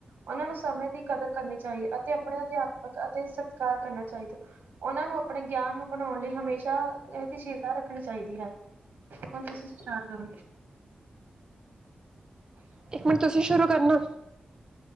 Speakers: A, on the right; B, on the right.
A: ਉਹਨਾਂ ਨੂੰ ਸਮੇਂ ਦੀ ਕਦਰ ਕਰਨੀ ਚਾਹੀਏ ਅਤੇ ਆਪਣੇ ਅਧਿਆਪਕ ਤੇ ਸਤਕਾਰ ਕਰਨਾ ਚਾਹੀਦਾ। ਉਹਨਾਂ ਨੂੰ ਆਪਣੇ ਗਿਆਨ ਨੂੰ ਬਣਾਉਣ ਲਈ ਹਮੇਸ਼ਾ, ਏਹਸ਼ੀਲਤਾ ਰੱਖਣੀ ਚਾਹੀਦੀ ਹੈ। ਹੁਣ ਤੁਸੀਂ ਸਟਾਰਟ ਕਰੋ। <inaudible>
B: ਇੱਕ ਮਿੰਟ ਤੁਸੀਂ ਸ਼ੁਰੂ ਕਰਨਾ।